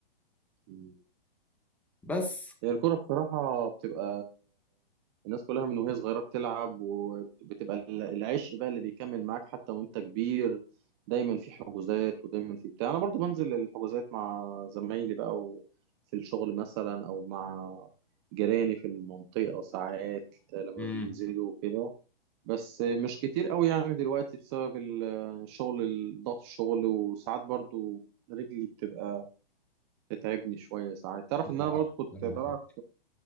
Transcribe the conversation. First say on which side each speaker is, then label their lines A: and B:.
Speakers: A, on the right; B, in the centre.
A: أيوة.
B: بس
A: هي الكرة بصراحة بتبقى الناس كلها من وهي صغيرة بتلعب وبتبقى ال- العشق بقى اللي بيكمل معاك حتى وانت كبير دايما في حجوزات ودايما في بتاع انا برضو بنزل الحجوزات مع زمايلي بقى و- في الشغل مثلا او مع جيراني في المنطقة ساعات لما
B: امم
A: بينزلوا وكده بس مش كتير قوي يعني دلوقتي بسبب ال- الشغل ال- ضغط الشغل وساعات برضو رجلي بتبقى بتتعبني شوية ساعات تعرف ان
B: لا
A: انا برضو
B: أتكلم
A: كنت بلعب
B: عن إيه.